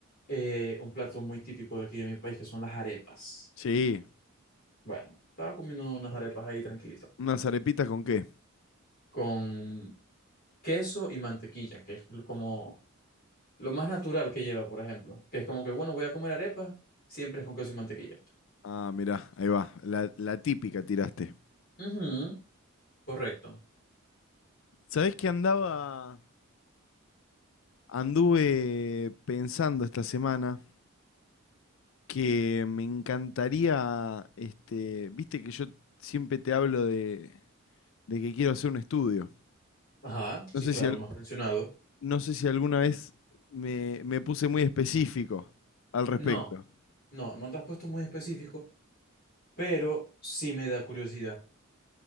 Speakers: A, on the left; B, on the left.
A: eh, un plato muy típico de aquí de mi país, que son las arepas.
B: Sí,
A: Bueno, estaba comiendo unas arepas ahí tranquilito,
B: unas arepitas con qué.
A: con queso y mantequilla, que es lo- como lo más natural que lleva, por ejemplo. Que es como que, bueno, voy a comer arepas, siempre es con queso y mantequilla.
B: Ah, mirá, ahí va, la, la típica tiraste.
A: Ujú, correcto.
B: ¿Sabés que andaba, anduve pensando esta semana que me encantaría, este, viste que yo siempre te hablo de, de que quiero hacer un estudio.
A: Ajá,
B: No
A: sí,
B: sé
A: claro,
B: si, al-
A: me has mencionado.
B: no sé si alguna vez me, me puse muy específico al respecto.
A: No, no, no te has puesto muy específico. pero sí me da curiosidad.